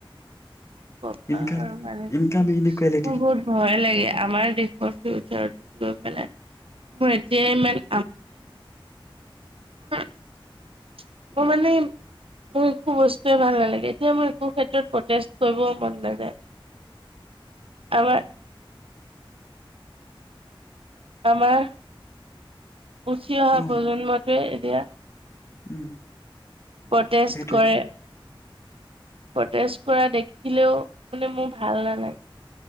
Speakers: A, on the right (about 80°); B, on the left (about 30°).
A: কি কবা
B: ইনকাম
A: আৰু মানে বিলাক
B: ইনকাম ইনকুৱেলিটি
A: মোৰ বহুত ভয় লাগে আমাৰ দেশৰ ফিউচাৰটোক লৈ পেলাই। মোৰ এতিয়া ইমান <unintelligible> মই মানে মোৰ একো বস্তুৱে ভাল নালাগে। তেতিয়া মোৰ একো ক্ষেত্ৰত প্ৰটেষ্ট কৰিব মন নাযায়। আমাৰ আমাৰ উঠি অহা
B: অ
A: প্ৰজন্মত <inaudible>
B: উম।
A: প্ৰটেষ্ট
B: সেইটোৱে
A: কৰে। প্ৰটেষ্ট কৰা দেখিলেও মানে, মোৰ ভাল নালাগে।